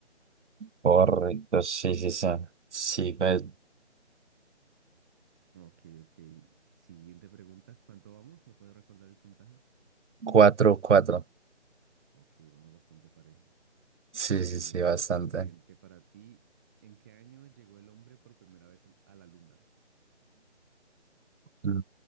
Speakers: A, on the right; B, on the right.
A: Correcto, sí, sí, sí. Sí, pues,
B: Ok, ok. Siguiente pregunta. ¿Cuánto vamos? ¿Me puedes recordar el puntaje?
A: cuatro, cuatro.
B: Ok, vamos bastante parejos.
A: Sí,
B: Eh,
A: sí, sí, bastante.
B: siguiente para ti. ¿En qué año llegó el hombre por primera vez al- a la luna?
A: Mm.